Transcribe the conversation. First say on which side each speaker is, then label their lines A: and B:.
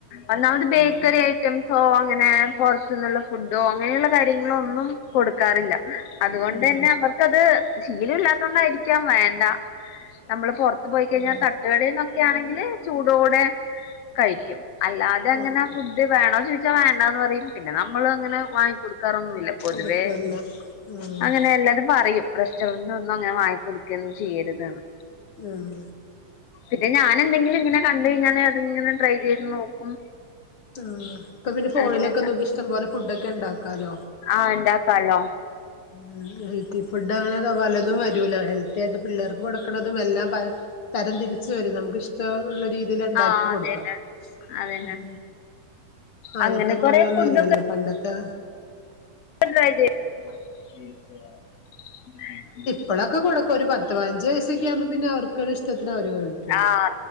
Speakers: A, on the left; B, on the left.
A: ഒന്നാമത് ബേക്കറി
B: ഉം
A: ഐ റ്റംസോ അങ്ങനെ പുറത്തന്നുള്ള ഫുഡോ അങ്ങനെയുള്ള കാര്യങ്ങളൊന്നും കൊടുക്കാറില്ല. അതു കൊണ്ടന്നെ
B: ഉം
A: അവർക്കത് ശീലം ഇല്ലാത്തോണ്ടായിരിക്കാം വേണ്ട നമ്മള് പുറ ത്ത് പോയി കഴിഞ്ഞാൽ
B: ആഹ്
A: തട്ടുകടേന്നൊക്കെ ആണെങ്കില് ചൂടോടെ കഴിക്കും അല്ലാതെ അങ്ങന
B: ആഹ്
A: ഫു ഡ് വേണോ ചോയിച്ച വേണ്ടാന്ന് പറയും പിന്നെ നമ്മള് അങ്ങനെ വാങ്ങിക്കൊടുക്കാറൊന്നുല്ല. പൊതുവേ
B: കൊടുക്കല്ല ആഹ്
A: അങ്ങനെ എല്ലാരും പറയും. റെസ്റ്റോറന്റിനൊന്നും അങ്ങനെ വാങ്ങി കൊടുക്കയും ഒന്നും ചെയ്യരുതെന്ന്
B: ഉം
A: പിന്നെ ഞാൻ എന്തെങ്കിലും ഇങ്ങനെ കണ്ട് കഴിഞ്ഞാൽ അത്ങ്ങനെ ട്രൈ ചെയ്ത് നോക്കും
B: ആഹ് ഇപ്പൊ പിന്നെ ഫോണിലൊക്കെ
A: അങ്ങനെയൊക്കെ
B: നോക്കി ഇഷ്ടംപോലെ ഫുഡൊക്കെ ഉണ്ടാക്കാലോ.
A: ആഹ് ഇണ്ടാക്കാലോ
B: ഉം ഹെൽത്തി ഫുഡ് അങ്ങനെക്കെ പലതും വരൂല്ലോ ഹെൽത്തി ആയിട്ട് പിള്ളേർക്ക് കൊടുക്കണതും എല്ലാം പ തരം തിരിച്ച് വരും നമുക്ക് ഇഷ്ടുള്ള രീതില് ഇണ്ടാക്കി
A: ആഹ്
B: കൊടുക്ക
A: അതന്നെ അതന്നെ
B: ഉം ആദ്യത്തെ
A: അങ്ങനെ
B: പോലെയൊന്നും
A: കൊറെ ഫുഡൊക്കെ
B: അല്ലല്ലോ പണ്ടത്തെ
A: <inaudible>
B: ഇപ്പോളൊക്കെ കൊടുക്ക ഒരു പത്ത് പയിനഞ്ച് വയസൊക്കെ ആകുമ്പ പിന്നെ അവർ ക്കളെ ഇഷ്ടത്തിന അവര് കഴിക്കുള്ളൂ
A: ആഹ്